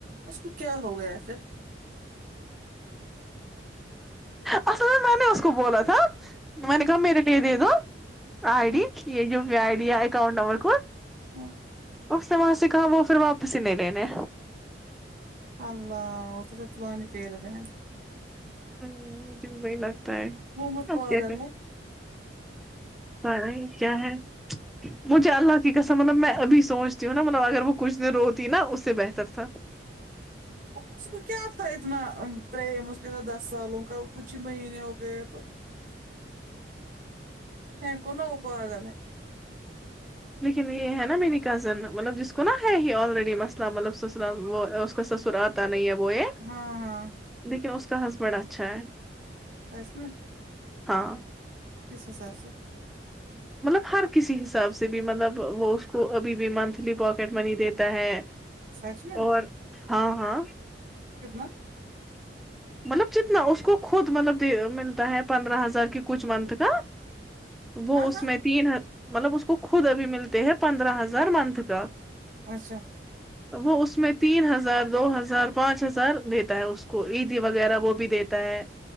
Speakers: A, on the right (about 45°); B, in the centre.
A: اس کو کیا ہو گیا پھر
B: اصل میں میں نے اس کو بولا تھا
A: ہاں
B: منکا میر لیدے دوو آئی
A: ہاں
B: ڈی ای آ ڈی اکؤنٹ نمبر کو
A: ہاں
B: اس نے وہاں سے کہا وہ پھر واپس ہی نہیں لینے
A: اللہ وہ تو پھر پلاانی پے رہ ہے بہن
B: ہ مجھے وہی لگتا ہے
A: وہ مت
B: اپ
A: پاگل
B: کیا کر
A: ہے
B: پائی کیا ہے مجھے اللہ کی کسم مطلب میں ابھی سوچتی ہوں نا مطلب اگر وہ کچھ دیر روتی ہے نا اس سے بہتر تھا
A: اس کو کیا تھا اتنا پریم اس کے س دس سالوں کا کچھ ہی مہینے ہو گئے تو ہ کن اوہ پاگل ہے
B: لیکن یہ ہے نا میری کزن مطلب جس کو نا ہے ہی آلریڈی مسئلہ مطلب سسر وہ کا سسر آتا نہیں ہے وہ یہ
A: ہاں ہاں
B: دیکھیے اس کا ہزبینڈ اچھا ہے
A: سچ میں
B: ہاں
A: کس حساب سے
B: مطلب ہر کسی حساب سے بھی مطلب وہ اس کو ابھی بھی منتھلی پاکیٹ منی دیتا ہے
A: سچ میں
B: اور ہاں ہاں
A: کتنا
B: مطلب جتنا اس کو خود مطلب ملتا ہے پندرہ ہزار کی کچھ منتھ کا وہ
A: ہاں
B: اس
A: ہاں
B: میں تین مطلب اس کو خود ابھی ملتے ہیں پندرہ ہزار منتھ کا
A: اچھا
B: وہ اس میں تین ہزار دو ہزار پانچ ہزار دیتا ہے اس کو ایک وغیرہ وہ بھی دیتا ہے